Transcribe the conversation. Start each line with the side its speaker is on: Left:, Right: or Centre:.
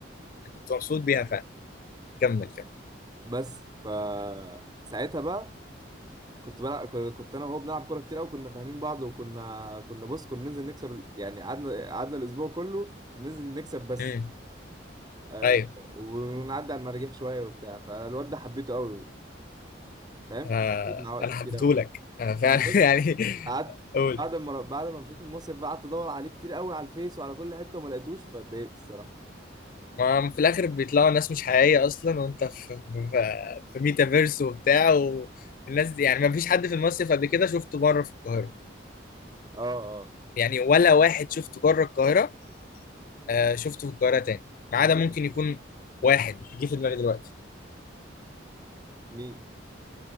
Left: أنا كنت مبسوط بيها فعلا كمل كمل
Right: بس ف ساعتها بقى كنت بلعب ك- كنت انا وهو بنلعب كوره كتير قوي كنا فاهمين بعض وكنا كنا بص كنا ننزل نكسب ال- يعني قعدنا قعدنا الاسبوع كله بننزل نكسب بس
Left: امم
Right: آه
Left: أيوه
Right: ونعدي على المراجيح شويه وبتاع فالواد ده حبيته قوي فاهم
Left: آه،
Right: قضيت معاه وقت
Left: أنا
Right: كتير
Left: حبيتهولك
Right: قوي
Left: أنا فعلا
Right: المهم
Left: <laughs> يعني
Right: قعدت
Left: قول
Right: بعد ما بعد ما مشيت من المصيف بقى قعدت ادور عليه كتير قوي على الفيس وعلى كل حته وما لقيتوش فاتضايقت الصراحه
Left: ما هم في الآخر بيطلعوا ناس مش حقيقية أصلا وأنت في في, في ميتافيرس وبتاع والناس دي يعني ما فيش حد في المصيف قبل كده شفته بره في القاهرة
Right: اه اه
Left: يعني ولا واحد شفته بره القاهرة آه شفته في القاهرة تاني ما
Right: عامة
Left: عدا ممكن يكون واحد جه في دماغي دلوقتي
Right: مين